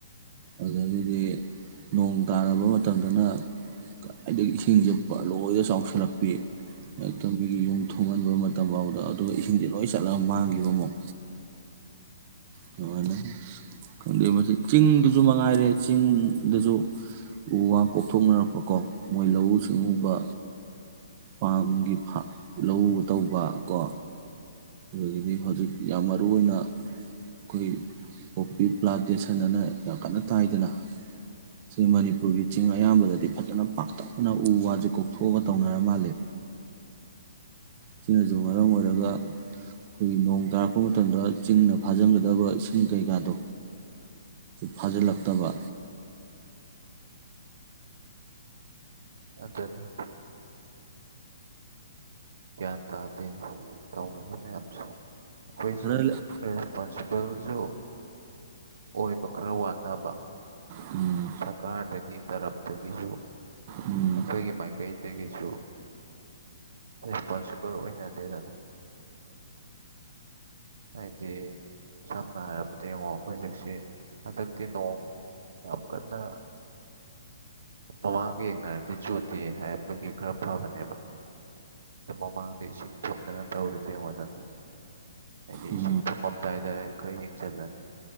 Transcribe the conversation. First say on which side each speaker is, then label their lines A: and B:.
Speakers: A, on the right; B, on the right.
A: ꯑꯗꯒꯤꯗꯤ ꯅꯣꯡ ꯇꯥꯔꯕ ꯃꯇꯝꯗꯅ ꯀꯥꯏꯗꯒꯤ ꯏꯁꯤꯡꯁꯦ ꯄꯔꯜꯂꯣꯏꯗ ꯆꯥꯎꯁꯤꯜꯂꯛꯄꯤ ꯍꯦꯛꯇ ꯃꯤꯒꯤ ꯌꯨꯝ ꯊꯨꯃꯒꯟꯕ ꯃ ꯇꯐꯥꯎꯗ ꯑꯗꯨꯒ ꯏꯁꯤꯡꯁꯦ ꯂꯣꯏ ꯆꯠꯂꯒ ꯃꯥꯡꯒꯤꯕ ꯑꯃꯨꯛ ꯁꯨꯃꯥꯏꯅ ꯈꯪꯗꯦ ꯃꯁꯤ ꯆꯤꯡꯗꯨꯁꯨ ꯃꯉꯥꯏꯔꯦ ꯆꯤꯡꯗꯁꯨ ꯎ ꯋꯥ ꯀꯣꯛꯊꯣꯛꯅꯔꯛꯄ ꯀꯣ ꯃꯣꯏ ꯂꯧꯎ ꯁꯤꯡꯉꯨꯕ ꯄꯝꯒꯤ ꯐꯥ ꯂꯧ ꯇꯧꯕ ꯀꯣ
B: ꯎꯝ
A: ꯑꯗꯒꯤꯗꯤ ꯍꯧꯖꯤꯛ ꯌꯥꯝ ꯃꯔꯨ ꯑꯣꯏꯅ ꯑꯩꯈꯣꯏ ꯄꯣꯄꯤ ꯄ꯭ꯂꯥꯟꯇꯦꯁꯟ ꯑꯅ ꯌꯥꯝ ꯀꯟꯅ ꯇꯥꯏꯗꯅ ꯁꯤ ꯃꯅꯤꯄꯨꯔꯒꯤ ꯆꯤꯡ ꯑꯌꯥꯝꯕꯗꯗꯤ ꯐꯖꯅ ꯄꯥꯛꯇꯛꯅ ꯎ ꯋꯥꯁꯦ ꯀꯣꯛꯊꯣꯛꯑꯒ ꯇꯧꯅꯔ ꯃꯥꯂꯦ ꯁꯤꯅꯁꯨ ꯃꯔꯝ ꯑꯣꯏꯔꯒ ꯑꯩꯈꯣꯏꯒꯤ ꯅꯣꯡ ꯇꯥꯔꯛꯄ ꯃꯇꯝꯗ ꯆꯤꯡꯅ ꯐꯥꯖꯤꯟꯒꯗꯕ ꯏꯁꯤꯡ ꯀꯩꯀꯥꯗꯣ ꯐꯥꯖꯜꯂꯛ ꯇꯕꯥ
B: ꯑꯗꯨꯅꯤ ꯒ꯭ꯌꯥꯟ ꯇꯥꯗꯦꯅꯦ ꯇꯧꯅꯔꯤ ꯃꯌꯥꯝꯁꯤ ꯑꯩꯈꯣꯏꯁꯦ
A: ꯈꯔ ꯂꯩ
B: ꯔꯦꯁꯄꯣꯟꯁꯤꯕꯜꯁꯨ ꯑꯣꯏꯕ ꯈꯔ ꯋꯥꯅꯕ
A: ꯎꯝ
B: ꯁꯔꯀꯥꯔꯗꯒꯤ ꯇꯔꯞꯇꯒꯤꯁꯨ
A: ꯎꯝ
B: ꯑꯩꯈꯣꯏꯒꯤ ꯃꯥꯏꯀꯩꯗꯒꯤꯁꯨ ꯔꯦꯁꯄꯣꯟꯁꯤꯕꯜ ꯑꯣꯏꯅ ꯗꯦꯗꯅ ꯍꯥꯏꯗꯤ ꯁꯝꯅ ꯍꯥꯏꯔꯕꯗ ꯌꯦꯡꯉꯣ ꯍꯧꯖꯤꯛꯁꯤ ꯍꯟꯗꯛꯇꯤ ꯅꯣꯡ ꯌꯥꯝ ꯀꯟꯅ ꯃꯃꯥꯡꯒ ꯌꯦꯡꯅꯔꯗꯤ ꯆꯨꯗꯦ ꯍꯥꯏꯕꯒꯤ ꯈꯔ ꯐꯕꯅꯦꯕ ꯃꯃꯥꯪꯁꯤꯡ ꯊꯨꯝꯗꯅ ꯇꯧꯔꯤꯗ ꯑꯩꯡꯉꯣꯟꯗꯅ ꯍꯥꯏꯗꯤ
A: ꯎꯝ ꯎꯝ
B: ꯏꯁꯤꯡ ꯊꯨꯝꯃꯝꯗꯥꯏꯗ ꯈꯔ ꯌꯦꯡꯁꯤꯜꯂꯅꯤ